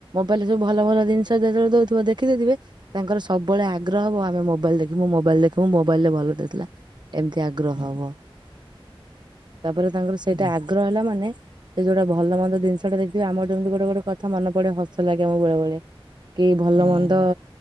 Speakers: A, on the right; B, on the right.
A: ମୋବାଇଲରେ ଭଲ ଭଲ ଜିନିଷ ଯେତେବେଳେ ଦୋ ଉଥିବ ଦେଖିଦେଇଥିବେ ତାଙ୍କର ସବୁବେଳେ ଆଗ୍ରହ ହବ ଆମେ ମୋବାଇଲ ଦେଖିବୁ ମୋବାଇଲ୍ ଦେଖିବୁ ମୋବାଇଲ୍ ରେ ଭଲ ଦେଇଥିଲା। ଏମିତି ଆଗ୍ରହ
B: ହୁଁ
A: ହବ ତାପରେ ତାଙ୍କର ସେଇଟା
B: ହୁଁ
A: ଆଗ୍ର ହେଲା ମାନ ସେ ଯୋଉଟା ଭଲ ମନ୍ଦ ଜିନିଷଟାଦେଖଥିବେ ଆମର ଯେମିତି ଗୋଟେ ଗୋଟେ କଥା ମେ ପଡେ ହ ଲାଗେ ଆମ ବେଳେ ବେଳେ କି ଭଲ
B: ହୁଁ
A: ମନ୍ଦ